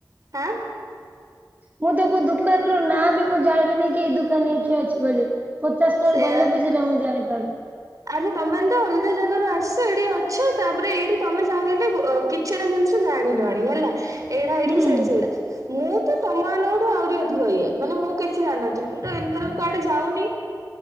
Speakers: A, on the right; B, on the right.
A: ହାଁ
B: ମୁଁ ତ କୋଉ ଦୁକାନ ର ନାଁ ବି ମୁଁ ଜାଣିବିନି କି ଇଏ ଦୋକାନରେ ଏଇଠି ଅଛି ବୋଲି। ପଚାଶ ଥର
A: ସେୟା
B: ଗଲେ ବି ସେଇଟା ମୁଁ ଜାଣିପାରୁନି।
A: ଆରେ ତମେମାନେ ତ ଅଲଗା ଜାଗା ରୁ ଆସିଛ ଏଇଠି ଅଛ ତାପରେ ଏଇଠି ତମେ ଚାହିଁଲେ ଅ କିଛିଟା ଜିନିଷ ଜାଣିଲଣି ହେଲା। ଏଇଟା ଏଇଠିକି
B: ହୁଁ
A: ସେଇଠି ସେଇଟା ମୁଁ ତମମାନଙ୍କଠୁ ଆହୁରି ଅଧିକ ଇଏ ମାନେ ମୁଁ କିଛି ଜାଣିନଥିଲି ମୁଁ ତ ଏମିତିରେ କୁଆଡେ ଯାଉନି